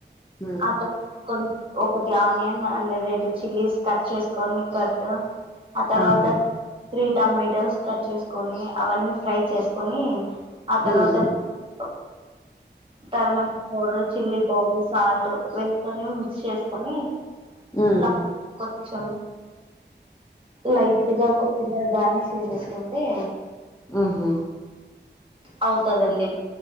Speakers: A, on the left; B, on the right.
A: ఉమ్
B: ఆత కొన్ ఒకటి ఆనియన్ అండ్ రెండు చిల్లీస్ కట్ చేసుకొని కట్ ఆ తర్వాత,
A: ఆహా
B: త్రీ టమాటోస్ కట్ చేసుకొని అవన్నీ ఫ్రై చేసుకొని, ఆ తర్వాత
A: ఉమ్
B: <unintelligible> తర్మన్ పొడరు చిల్లీ పౌడర్, సాల్ట్ వేసుకొని, మిక్స్ చేసుకొని
A: ఉమ్
B: లక్ కొంచెం లైట్గా కొద్దిగా గార్నిష్ చేసేస్ కుంటే,
A: మ్ హు
B: అవుతదండి.